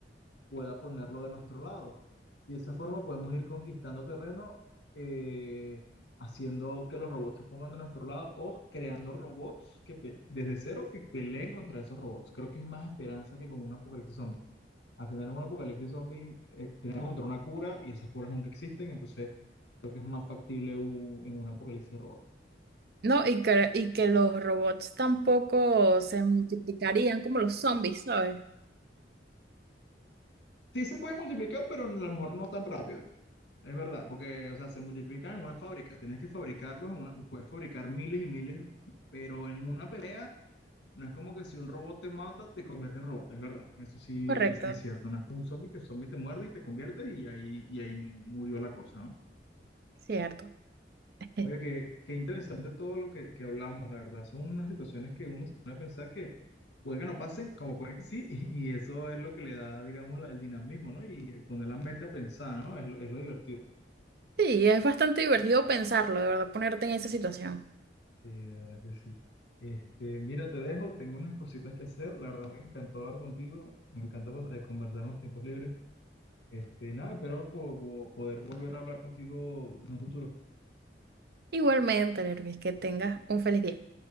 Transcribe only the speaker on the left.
pueda ponerlo de nuestro lado. Y de esa forma podemos ir conquistando terreno, eh, haciendo que los robots se pongan de nuestro lado o creando robots que pe- desde cero que peleen contra esos robots. Creo que hay más esperanza que con un apocalipsis zombie. Al final, en un apocalipsis zombie, eh, tenemos que encontrar una cura y esas curas nunca existen, entonces creo que es más factible u- en un apocalipsis robot.
Sí, se puede multiplicar, pero a lo mejor no tan rápido. Es verdad, porque, o sea, se multiplican en una fábrica. Tienes que fabricarlos, en una, puedes fabricar miles y miles, pero en una pelea no es como que si un robot te mata, te convierte en robot. Es verdad, eso sí
es, es cierto. No es como un zombie que el zombie te muerde y te conviertes y ahí, y ahí murió la cosa, ¿no?
Oye, qué, qué interesante todo lo que, que hablamos, de verdad. Son unas situaciones que uno se pone a pensar que puede que no pasen, como pueden que sí, <laughs> y, y eso es lo que le da, digamos, la- el dinamismo, ¿no? Y poner la mente a pensar, ¿no? Es lo, es lo divertido.
Sí, de verdad que sí. Este, mira, te dejo, tengo unas cositas que hacer. La verdad me encantó hablar contigo, me encanta pues, eh, conversar en los tiempos libres. Este, nada, pero poder volver a hablar contigo en un futuro.